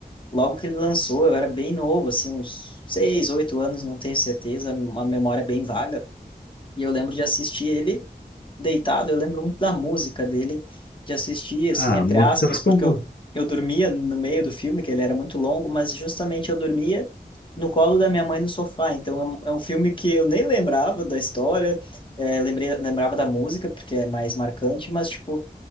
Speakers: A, on the left; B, on the left.
A: logo que ele lançou, eu era bem novo, assim, uns seis, oito anos, não tenho certeza, uma memória bem vaga. E eu lembro de assistir ele deitado, eu lembro muito da música dele, de assistir,
B: Ah,
A: assim, entre
B: a música
A: aspas,
B: ficou.
A: porque
B: boa.
A: eu, eu dormia no meio do filme, que ele era muito longo, mas justamente eu dormia no colo da minha mãe no sofá. Então é um, é um filme que eu nem lembrava da história, eh, lembrei, lembrava da música, porque é mais marcante, mas, tipo,